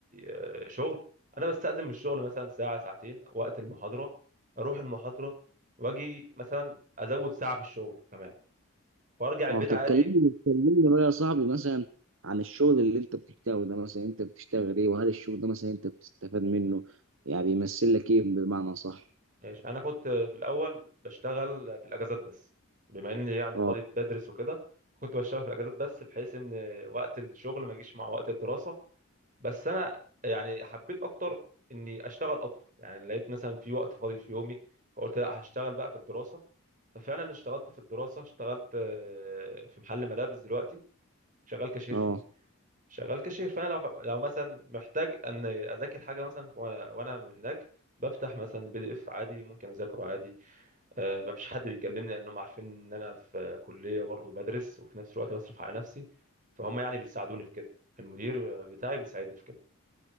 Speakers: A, on the right; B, on the right.
A: آه، شغل انا بستأذن من الشغل مثلا ساعه ساعتين وقت المحاضره اروح المحاضره واجي مثلا ازود ساعه في الشغل كمان وارجع البيت
B: اه طب
A: عادي
B: كلمني كلمني بقى يا صاحبي مثلا عن الشغل اللي انت بتشتغله ده مثلا انت بتشتغل ايه وهل الشغل ده مثلا انت بتستفاد منه يعني بيمثل لك ايه بمعنى صح
A: ماشي انا كنت في الاول بشتغل في الاجازات بس بما اني يعني
B: اه
A: طالب بدرس وكده كنت بشتغل في الاجازات بس بحيث ان وقت الشغل ما يجيش مع وقت الدراسة بس انا يعني حبيت اكتر اني اشتغل اكتر يعني لقيت مثلا في وقت فاضي في يومي فقلت لا هشتغل بقى في الدراسة ففعلا اشتغلت في الدراسة اشتغلت آه، في محل ملابس دلوقتي شغال كاشير فيه
B: اه
A: شغال كاشير فانا لو لو مثلا محتاج ان اذاكر حاجه مثلا وانا وأنا هناك بفتح مثلا بي دي اف عادي ممكن اذاكره عادي أه مفيش حد بيكلمني لانهم عارفين ان انا في كليه برضه بدرس وفي نفس الوقت بصرف على نفسي فهم يعني بيساعدوني في كده المدير بتاعي بيساعدني في كده